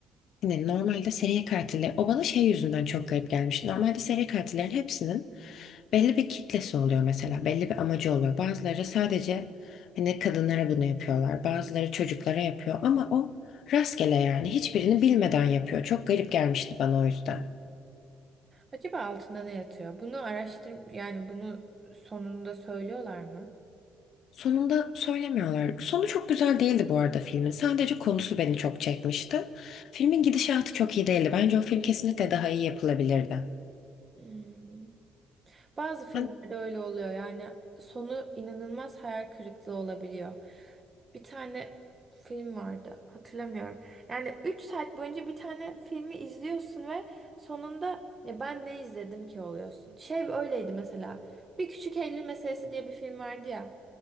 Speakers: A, on the left; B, on the right.
A: Hani normalde seri katiller, o bana şey yüzünden çok garip gelmiş. Normalde seri katillerin hepsinin belli bir kitlesi oluyor mesela. Belli bir amacı oluyor. Bazıları sadece hani kadınlara bunu yapıyorlar. Bazıları çocuklara yapıyor ama o rastgele yani. Hiçbirini bilmeden yapıyor. Çok garip gelmişti bana o yüzden.
B: Acaba altında ne yatıyor? Bunu araştır yani bunu sonunda söylüyorlar mı?
A: Sonunda söylemiyorlar. Sonu çok güzel değildi bu arada filmin. Sadece konusu beni çok çekmişti. Filmin gidişatı çok iyi değildi. Bence o film kesinlikle daha iyi yapılabilirdi.
B: Hmm. Bazı filmlerde
A: Ben,
B: öyle oluyor. Yani sonu inanılmaz hayal kırıklığı olabiliyor. Bir tane film vardı. Hatırlamıyorum. Yani 3 saat boyunca bir tane filmi izliyorsun ve sonunda ya ben ne izledim ki oluyorsun. Şey öyleydi mesela. Bir Küçük Eylül Meselesi diye bir film vardı ya.